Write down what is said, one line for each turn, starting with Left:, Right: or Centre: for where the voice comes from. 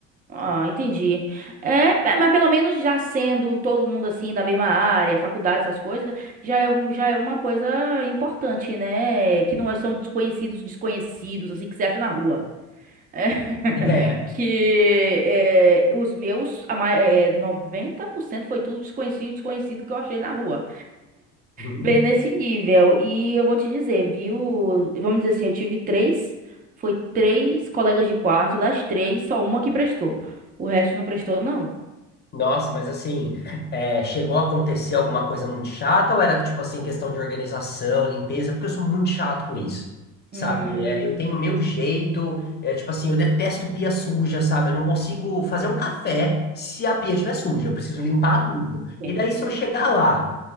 Right: Ah, entendi. É, é, mas pelo menos já sendo todo mundo assim da mesma área, faculdade, essas coisas, já é, um- já é uma coisa importante, né? Que não é- são desconhecidos, desconhecidos, assim, que você acha na rua. <laughs>
Left: É.
Right: Que é, os meus, a ma- é, 90% foi tudo desconhecido, desconhecido que eu achei na rua.
Left: <laughs>
Right: Bem nesse nível. E eu vou te dizer, viu? Vamos dizer assim, eu tive três, foi três colegas de quarto, das três, só uma que prestou. O resto não prestou, não.
Left: Nossa, mas assim, é, chegou a acontecer alguma coisa muito chata ou era tipo assim, questão de organização, limpeza? Porque eu sou muito chato com isso, sabe?
Right: Hum,
Left: É, eu tenho o meu jeito, é, tipo assim, eu detesto pia suja, sabe? Eu não consigo fazer um café se a pia estiver suja, eu preciso limpar tudo.
Right: verde.
Left: E daí se eu chegar lá,